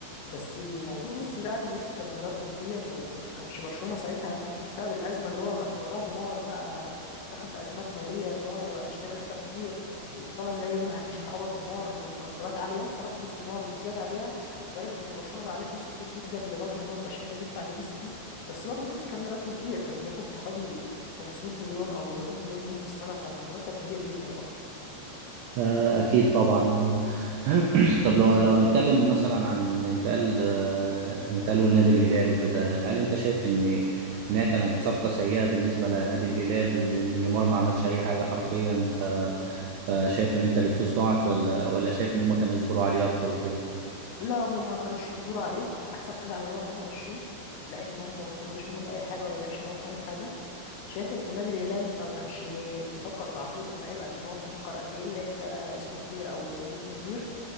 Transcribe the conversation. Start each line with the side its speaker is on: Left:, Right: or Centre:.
Left: بس موضوع ميسي بقى ان ميسي كان راتبه كبير وما كانش برشلونه ساعتها بسبب الازمه اللي هو بعد ما باع نيمار بقى دخل في ازمات ماليه ان هو يبقى اشترى لعيبه كتير وطبعا اللعيبه دي ما عرفتش تعوض نيمار ومرتبات عاليه صرف فلوس نيمار والزياده عليها لدرجه ان برشلونه بقى عليه فلوس كتير جدا لدرجه ان هو مبقاش قادر يدفع لميسي بس برضه ميسي كان راتبه كبير كان بياخد حوالي 500 مليون او 400 مليون يورو في السنه فكان مرتب كبير جدا برضه
Right: آه، أكيد طبعا <clears throat> طب لو لو هنتكلم مثلا عن انتقال آه، انتقاله لنادي الهلال وكده هل أنت شايف إن إن هي كانت صفقة سيئة بالنسبة لنادي الهلال وإن نيمار ما عملش أي حاجة حرفيا ف فشايف إن أنت الفلوس ضاعت ولا ولا شايف إن هما كانوا يصبروا عليه أكتر وكده؟
Left: لا هم ما كانوش يصبروا عليه احسن حاجه عملوها ان هم مشوه لعيب هم ما استفادوش منه باي حاجه وما لعبش معاهم باي حاجه شايف ان نادي الهلال ما كانش بيفكر في عقليه اللعيب قد ما هو بيفكر قد ايه اللعيب ده اسمه كبير او نجم كبير